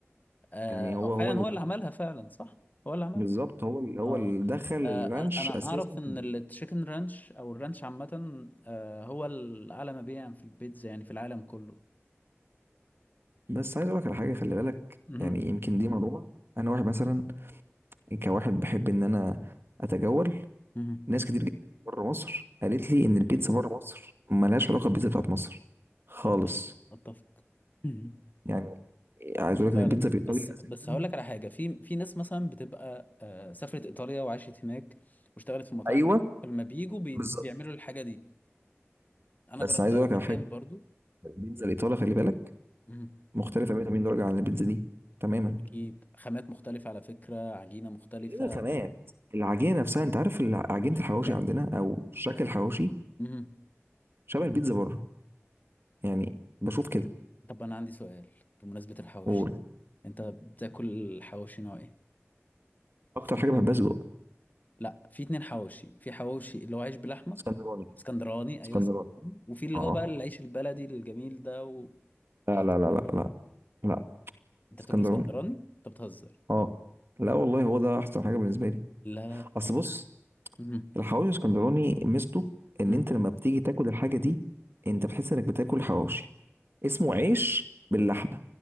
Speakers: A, on the left; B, on the right.
A: آه،
B: يعني هو
A: أو فعلا
B: هو اللي
A: هو اللي عملها فعلا صح هو اللي عملها
B: بالظبط هو اللي هو
A: اه
B: اللي دخل الرانش
A: آه، انا أنا
B: اساسا
A: اعرف ان التشيكن رانش او الرانش عامه آه، هو الاعلى مبيعا في البيتزا يعني في العالم كله
B: بس عايز اقول لك على حاجه خلي بالك
A: مهم.
B: يعني يمكن دي معلومه انا واحد مثلا كواحد بحب ان انا اتجول
A: مهم.
B: ناس كتير جدا بره مصر قالت لي ان البيتزا بره مصر ملهاش علاقه بالبيتزا بتاعت مصر خالص
A: اتفق اتفق مهم.
B: يعني
A: اتفق
B: عايز اقول
A: فعلا
B: لك ان البيتزا في ايطاليا
A: بس
B: اساسا
A: بس هقول لك على حاجه في في ناس مثلا بتبقى آه، سافرت ايطاليا وعاشت هناك واشتغلت في مطاعم
B: ايوه
A: لما بيجوا بي-
B: بالظبط
A: بيعملوا الحاجه دي انا
B: بس
A: جربتها
B: عايز اقول
A: في
B: لك على
A: مكان
B: حاجه
A: برضو
B: البيتزا الايطاليه خلي بالك
A: مهم.
B: مختلفه 180 درجه عن البيتزا دي تماما
A: اكيد خامات مختلفة على فكرة عجينة مختلفة
B: الخامات العجينه نفسها انت عارف الع- عجينه الحواوشي
A: لا
B: عندنا او شكل الحواوشي
A: امم
B: شبه البيتزا بره يعني بشوف كده
A: طب انا عندي سؤال بمناسبة الحواوشي
B: واكتر
A: انت بتاكل حواوشي نوع ايه في
B: حاجه
A: اتنين
B: بحبها
A: حواوشي.
B: صدق
A: لا في اتنين حواوشي في حواوشي اللي هو عيش بلحمة
B: اسكندراني
A: اسكندراني
B: اسكندراني
A: ايوه اسكندراني وفي اللي
B: اه آه.
A: هو بقى العيش البلدي الجميل ده وتحط
B: لا لا
A: في
B: لا لا
A: الفرن
B: لا لا
A: انت
B: اسكندراني
A: بتاكل اسكندراني انت بتهزر
B: اه لا والله هو ده احسن حاجه بالنسبه لي
A: لا
B: اصل بص
A: امم
B: الحواوشي الاسكندراني ميزته ان
A: امم
B: انت لما بتيجي تاكل الحاجه دي انت بتحس انك بتاكل حواوشي اسمه عيش باللحمه